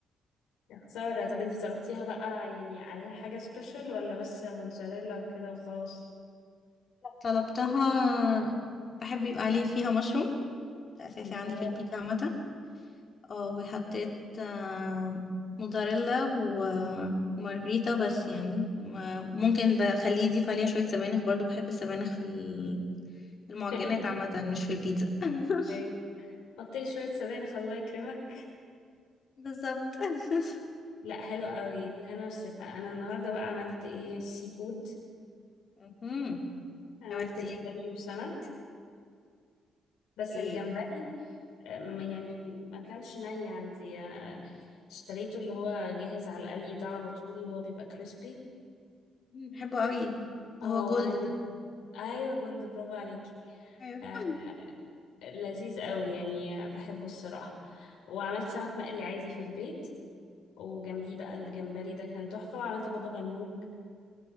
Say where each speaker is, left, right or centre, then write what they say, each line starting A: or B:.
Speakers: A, on the left; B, on the left.
A: يا خساره طب انتي طلبتيها بقى يعني عليها حاجه سبيشال ولا بس موتزاريلا وكده وخلاص
B: <laughs> طلبتها بحب يبقى عليه فيها مشروم ده اساسي
A: الله
B: عندي في البيتزا عامة اه وحطيت آه، موزاريلا و... ومارجريتا بس يعني ما- ممكن بخليه يضيف عليها شوية سبانخ برضو بحب السبانخ في ال- المعجنات
A: <laughs>
B: عامة مش في البيتزا <laughs>
A: ايوه حطي لي شويه سبانخ الله يكرمك
B: بالظبط <laughs>
A: لا حلو قوي بالهنا والشفا انا النهارده بقى عملت ايه سي فود
B: مهم.
A: عملت
B: عملتي
A: جمبري وسمك بس
B: ايه؟
A: الجمبري أم، يعني ما كانش ني عندي آه، اشتريته اللي هو جاهز على القلي ده على طول اللي هو بيبقى كريسبي
B: مم، بحبه قوي اللي
A: اه
B: هو جولد
A: وانا جدا
B: ده
A: ايوه جولد برافو عليكي
B: ايوه
A: آه
B: <laughs>
A: لذيذ قوي يعني بحبه الصراحة وعملت سمك مقلي عادي في البيت وجنبيه بقى الجمبري ده كان تحفة وعملت بابا غنوج